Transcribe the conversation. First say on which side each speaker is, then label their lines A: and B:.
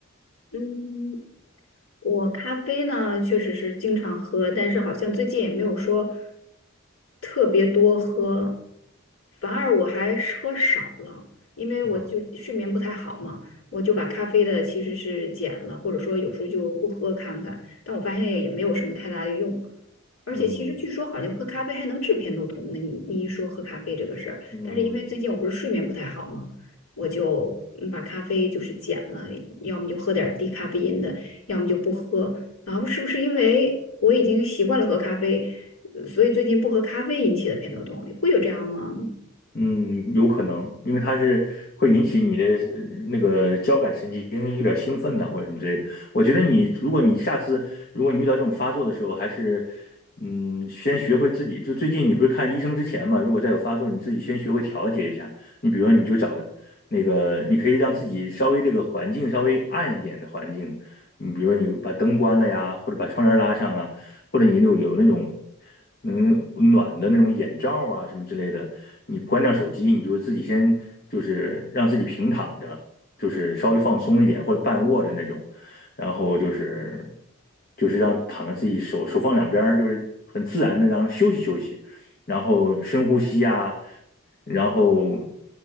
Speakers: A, on the left (about 80°); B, on the left (about 45°).
A: 嗯，我咖啡呢，确实是经常喝，但是好像最近也没有说特别多喝，反而我还是喝少了，因为我就睡眠不太好嘛，
B: 嗯
A: 我就把咖啡的其实是减了，或者说有时候就不喝看看，但我发现也也没有什么太大的用，而且其实据说好像喝咖啡还能治偏头痛呢，
B: 嗯
A: 你你一说喝咖啡这个事儿，
B: 嗯
A: 但是因为最近我不是睡眠不太好嘛。我就嗯把咖啡就是减了，要么就喝点儿低咖啡因的。要么就不喝。然后是不是因为我已经习惯了喝咖啡，呃所以最近不喝咖啡引起的偏头痛，会有这样吗？
B: 嗯，有可能，因为它是会引起你的呃那个交感神经有点兴奋呐、或者什么之类的。我觉得你，如果你下次如果你遇到这种发作的时候，还是嗯，先学会自己。就最近你不是看医生之前嘛，如果再有发作，你自己先学会调节一下。你比如说，你就找那个，你可以让自己稍微这个环境稍微暗一点的环境，你比如说你把灯关了呀，或者把窗帘拉上啊。或者你有有那种能暖的那种眼罩啊什么之类的，你关掉手机，你就自己先就是让自己平躺着，就是稍微放松一点或者半卧着那种，然后就是就是让躺在自己手手放两边儿，就是很自然的让休息休息，然后深呼吸啊，然后